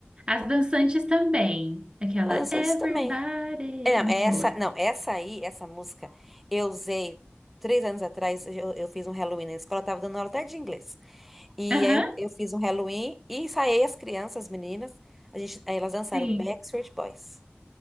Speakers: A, on the right; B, in the centre.
A: As dançantes também. Aquela
B: Tá dançando
A: Everybody.
B: isso também. É,
A: Muito
B: Não, essa,
A: boa.
B: não, essa aí, essa música, eu usei três anos atrás. Eu, eu fiz um Halloween na escola, eu tava dando aula até de inglês. E
A: Aham,
B: aí eu, eu fiz um Halloween e ensaiei as crianças, as meninas. A gente, aí elas dançaram
A: sim.
B: Backstreet Boys.